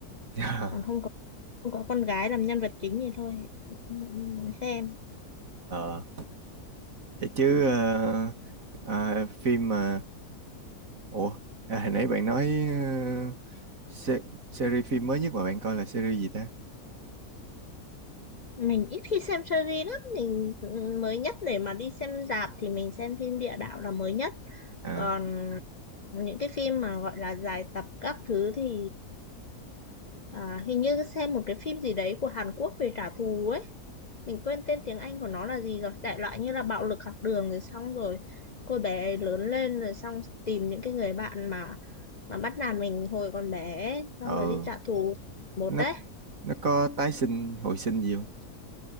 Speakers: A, on the right; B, on the left.
A: <laughs>
B: còn không có không có con gái làm nhân vật chính thì thôi không không muốn xem
A: Ờ. Vậy chứ ờ, ờ, phim mà ủa à, hồi nãy bạn nói ờ, se series phim mới nhất mà bạn coi là series gì ta?
B: mình ít khi xem series lắm mình ừ, mới nhất để mà đi xem rạp thì mình xem phim địa đạo là mới nhất
A: À
B: còn những cái phim mà gọi là dài tập các thứ thì à, hình như xem một cái phim gì đấy của Hàn Quốc về trả thù ấy mình quên tên tiếng Anh của nó là gì rồi đại loại như là bạo lực học đường rồi xong rồi cô bé ấy lớn lên rồi xong tìm những cái người bạn mà mà bắt nạt mình hồi còn bé ấy, xong
A: ừ
B: rồi đi trả thù một
A: nó
B: đấy
A: nó có tái sinh hồi sinh gì không?